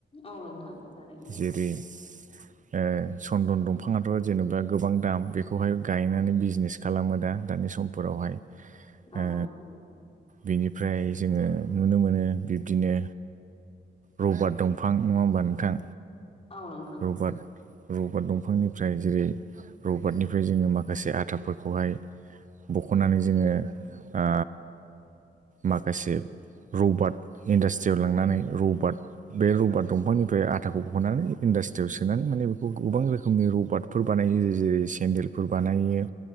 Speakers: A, on the left; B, on the right.
A: औ नोंथां थारैनो,
B: जेरै ओ सन्दन दंफाङाथ' जेनेबा गोबां दाम बेखौहाय गायनानै बिजनेस, खालामो दा दानि समफोरावहाय,
A: औ
B: ओ
A: नोंथां
B: बिनिफ्राय जोङो नुनो मोनो बिद बिदिनो रबारट दंफां नङा होमबा नोंथां,
A: औ नोंथां
B: रबारट, रबारट दंफांनिफ्राय जेरै रबारटनिफ्राय जोङो माखासे आटाफोरखौहाय, बख'नानै जोङो ओ माखासे रबारट, इन्डासट्रियाव लांनानै रबार्ट, बे रबारट दंफांनिफ्राय आटाखौ बखनानै इन्डासट्रियाव सोनानै माने बेखौ गोबां रोखोमनि रबारट, फोर बानायो जेर जेरै सेन्देलफोर बानायो